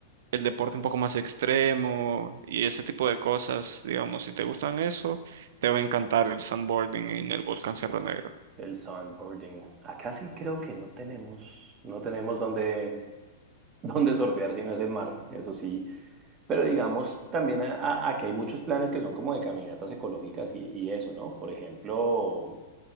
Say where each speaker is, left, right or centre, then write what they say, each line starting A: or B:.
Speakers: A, on the right; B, on the right.
A: el deporte un poco más extremo y ese tipo de cosas, digamos, si te gustan eso, te va a encantar el sandboarding en el volcán Cerro Negro.
B: El sandboarding. Acá sí creo que no tenemos, no tenemos donde, donde <laughs> surfear, sino es el mar, eso sí. Pero digamos, también a- a- aquí hay muchos planes que son como de caminatas ecológicas y, y eso, ¿no? Por ejemplo,